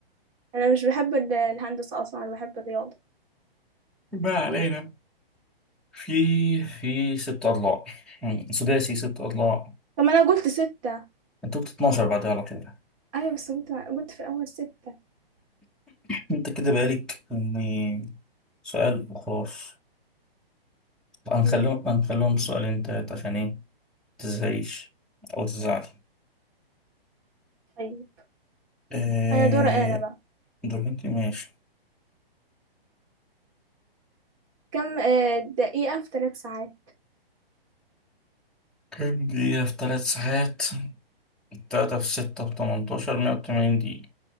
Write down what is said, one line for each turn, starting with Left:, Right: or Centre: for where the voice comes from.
Right: أنا مش بحب ال- الهندسة أصلا أنا بحب الرياضة
Centre: ما علينا في في ست أضلاع مم. سداسي ست أضلاع
Right: طب ما أنا قلت ستة
Centre: أنت قلت 12 بعدها على طول
Right: أيوة بس قلت قلت في الأول ستة
Centre: أنت كده بقالك إني سؤال وخلاص هنخليهم
Right: مم.
Centre: هنخليهم سؤالين تلاتة عشان إيه؟ متزهقيش أو تزعلي
Right: طيب
Centre: أه...
Right: أنا دوري أنا بقى
Centre: دول أنت ماشي
Right: كم آه، دقيقة في ثلاث ساعات
Centre: كام دقيقة في تلات ساعات تلاتة في ستة في تمنتاشر مية وتمانين دقيقة